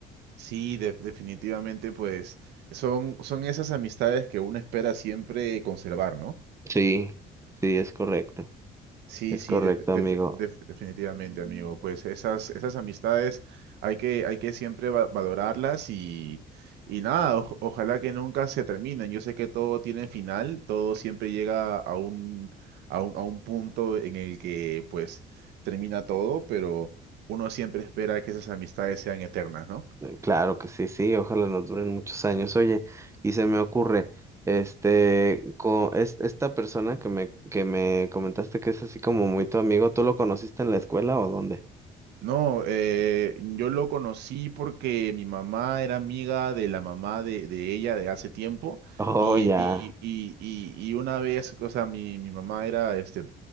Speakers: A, on the right; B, on the right.
A: Sí, de- definitivamente pues son, son esas amistades que uno espera siempre conservar, ¿no?
B: Sí, sí, es correcto,
A: Sí,
B: es
A: sí,
B: correcto,
A: def- def-
B: amigo.
A: def- definitivamente, amigo. Pues esas, esas amistades hay que, hay que siempre va- valorarlas y, y nada, o- ojalá que nunca se terminen. Yo sé que todo tiene final, todo siempre llega a un, a un, a un punto en el que pues termina todo, pero uno siempre espera que esas amistades sean eternas, ¿no?
B: Claro que sí, sí, ojalá nos duren muchos años. Oye, y se me ocurre, este, co- es, esta persona que me, que me comentaste que es así como muy tu amigo, ¿tú lo conociste en la escuela o dónde?
A: No, eh, yo lo conocí porque mi mamá era amiga de la mamá de, de ella de hace tiempo
B: Oh,
A: y,
B: ya,
A: y, y, y, y una vez, o sea, mi, mi mamá era este,